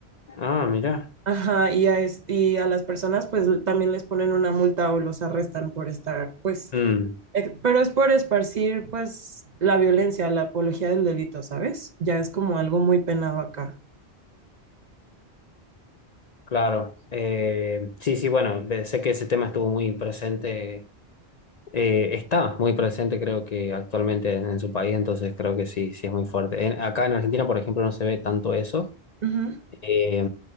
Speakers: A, on the left; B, on the right.
A: Ah, mira.
B: Ajá, y a, es- y a las personas pues también les ponen una multa o los arrestan por estar, pues,
A: Mm,
B: eh, pero es por esparcir pues la violencia, la apología del delito, ¿sabes? Ya es como algo muy penado acá.
A: claro. Eh, sí, sí, bueno, de- sé que ese tema estuvo muy presente, eh, está muy presente, creo que actualmente en, en su país, entonces creo que sí, sí es muy fuerte. En- acá en Argentina, por ejemplo, no se ve tanto eso.
B: Ujú.
A: Eh,